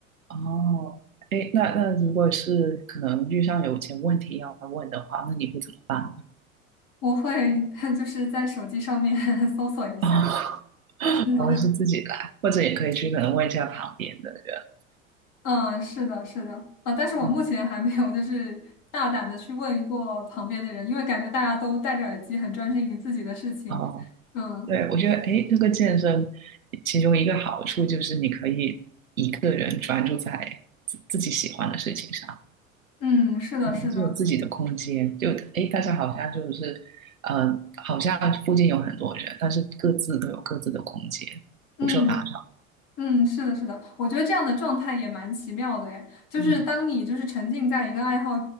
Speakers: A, on the right; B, on the left.
A: 哦，哎，那那如果是可能遇上有些问题要问的话，那你会怎么办？
B: 我会 <laughs> 就是在手机上面 <laughs> 搜索一下，
A: 哦，<laughs>
B: 是吗？
A: 我是自己来，或者也可以去可能问一下旁边的人。
B: 嗯，是的，是的，啊，但是我目前还没有就是大胆的去问过旁边的人，
A: 嗯
B: 因为感觉大家都戴着耳机，很专心于自己的事情。
A: 哦，
B: 嗯
A: 对，我觉得哎，这个健身其中一个好处就是你可以一个人专注在自自己喜欢的事情上。
B: 嗯，是的，
A: 嗯就有自己的空间，
B: 是的，
A: 就诶，大家好像就是，呃，好像附近有很多人，但是各自都有各自的空间，
B: 嗯。
A: 不受打扰。
B: 嗯，是的，是的，我觉得这样的状态也蛮奇妙的诶，就是当你就是沉浸在一个爱好
A: 嗯，